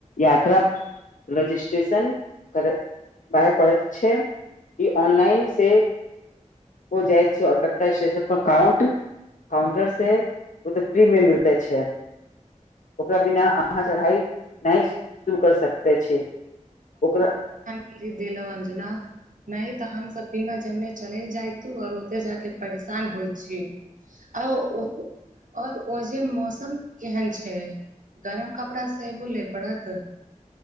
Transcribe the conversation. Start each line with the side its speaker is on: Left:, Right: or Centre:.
Left: यात्रा रजिस्ट्रेशन कर बाय पड़ैत छै। ई ऑनलाइन से हो जाइत छै आओर कटरा स्टेशन पर काउंट काउंटर से ओ तऽ फ्री मे मिलते छै ओकरा बिना अहाँ चढ़ाई नहि शुरू कर सकते छै ओकरा
Right: ई देलहु अंजना नहि तऽ हम सब बिना जनने चले जायतू आओर ओते जाक परेशान होइ छी। आ आओर ओ जेे मौसम केहन छै गरम कपड़ा सेहो ले पड़त